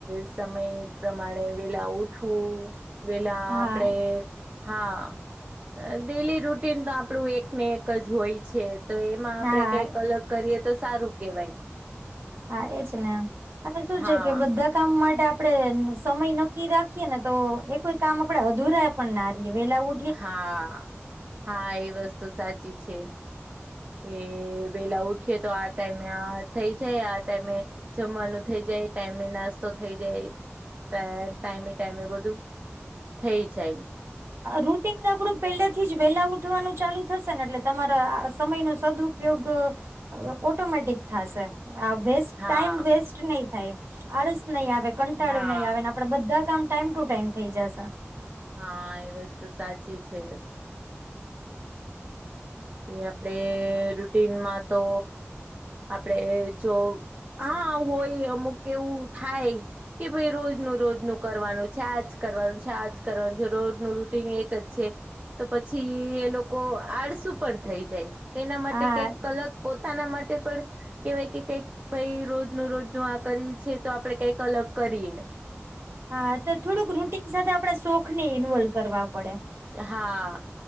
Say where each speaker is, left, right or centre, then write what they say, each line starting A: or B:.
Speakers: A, on the right; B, on the right.
A: સમય પ્રમાણે વેલા ઉઠવું વેલા
B: હા
A: આપડે. હા ડેલી રૂટીન તો આપણું એકને એક જ હોય છે. તો એમાં
B: હા
A: આપડે કઈક અલગ કરીએ તો સારું કેવાય.
B: હા એજ ને એમ અને શું
A: હા
B: છે કે બધા. કામ માટે આપડણે સમય નક્કી રાખીએ ને તો એ કોઈ કામ આપડે અધુરા પણ ના રએ વેલા ઉ.
A: હા હા એ વસ્તુ સાચી છે. કે વેલા ઉઠીએ તો આ ટાઈમે આ થઇ જાય આ ટાઈમે જમવાનું થઇ જાય ટાઈમે નાસ્તો થઇ જાય. ટા ટાઈમે ટાઈમે બધું થઈ જાય.
B: રૂટન આપડું પહેલેથી જ વેલા ઉઠવાનું ચાલુ થશે ને એટલે તમારા આ સમય નું સદુ ઉપયોગ ઓટોમેટિક થાશે. હ વેસ્ટ
A: હા
B: ટાઈમ વેસ્ટ નહી થાય આળસ નહી આવે કંટાળો
A: હા
B: નહી આવે. બધા કામ ટાઈમ ટુ ટાઈમ થઈ જાશે.
A: હા એ વસ્તુ સાચી છે. યે આપણે રુટીનમાં તો આપડે જો. હા હોય અમુક એવું થાય. કે ભાઈ રોજનું રોજનું કરવાનું છે આજ કરવાનું છે આજ કરવાનું છે રોજનું રૂટન એક જ છે. તો પછી એ લોકો આળસુ પણ થઈ જાય તેના માટે
B: હા
A: કંઈક અલગ પોતાના માટે પણ કેવાય કે કઈક ભાઈ રોજ ન રોજ ન આ કરી છે તો આપડે કઈક અલગ કરીએ.
B: હા તો થોડુંક રૂટીન સાથે આપડ શોખ ને ઇન્વોલ્વ કરવા પડે.
A: હા